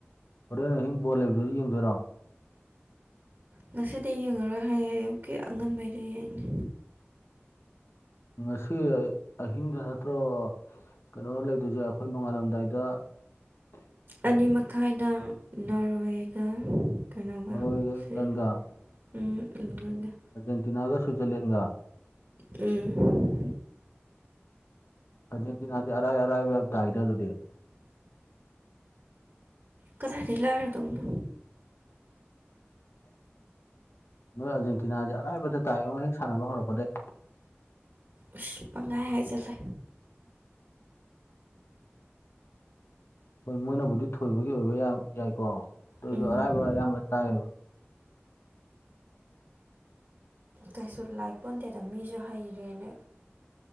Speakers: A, on the left; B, on the right.
A: ꯍꯣꯔꯦꯟ ꯑꯍꯤꯡ ꯕꯣꯂꯦꯝꯗꯨꯗꯤ ꯌꯦꯡꯗꯣꯏꯔꯣ
B: ꯉꯁꯤꯗꯤ ꯌꯦꯡꯉꯔꯣꯏ ꯍꯥꯏꯌꯦ ꯑꯣꯀꯦ ꯑꯉꯟꯕꯩꯗꯤ ꯌꯦꯡꯅꯤ
A: ꯉꯁꯤ ꯑꯍꯤꯡꯗ ꯅꯠꯇ꯭ꯔꯣ ꯀꯩꯅꯣ ꯂꯩꯗꯣꯏꯁꯦ ꯑꯩꯈꯣꯏ ꯅꯣꯉꯥꯜꯂꯝꯗꯥꯏꯗ <inaudible>
B: ꯑꯅꯤ ꯃꯈꯥꯏꯗ ꯅꯣꯔꯋꯦꯒ ꯀꯩꯅꯣꯒ
A: ꯅꯣꯔꯋꯦꯒ
B: ꯁꯦ
A: ꯏꯪꯂꯟꯒ
B: ꯎꯝ ꯏꯒꯦ
A: ꯑꯔꯖꯦꯟꯇꯤꯅꯥꯒ ꯁ꯭ꯋꯠꯖꯔꯂꯦꯟꯒ
B: ꯎꯝ
A: ꯑꯗꯨꯖꯤꯗꯤꯅꯥꯗꯤ ꯑꯔꯥꯏ ꯑꯔꯥꯏꯕꯔꯛ ꯇꯥꯏꯗ ꯑꯗꯨꯗꯤ
B: ꯀꯗꯥꯏꯗꯒꯤꯩ ꯂꯥꯏꯔꯗꯧꯅꯣ
A: ꯅꯣꯏ ꯑꯥꯔꯖꯦꯟꯇꯤꯅꯥꯁꯦ ꯑꯔꯥꯏꯕꯗ ꯇꯥꯏꯉꯣ ꯍꯦꯛ ꯁꯥꯟꯅꯕ ꯍꯧꯔꯛꯄꯗꯩ
B: ꯎꯁ ꯄꯪꯉꯥꯏ ꯍꯥꯏꯖꯔꯦ
A: ꯍꯣꯏ ꯃꯣꯏꯅꯕꯨꯗꯤ ꯊꯣꯏꯕꯒꯤ ꯑꯣꯏꯕ ꯌꯥꯏꯀꯣ ꯑꯗꯨ ꯑꯣꯏꯁꯨ
B: ꯎꯝ
A: ꯑꯔꯥꯏꯕ ꯑꯌꯥꯝꯕ ꯇꯥꯏꯌꯦꯕ
B: ꯀꯩꯁꯨ ꯂꯥꯏ ꯄꯣꯟꯗꯦꯗ ꯃꯤꯁꯨ ꯍꯩꯔꯦꯅ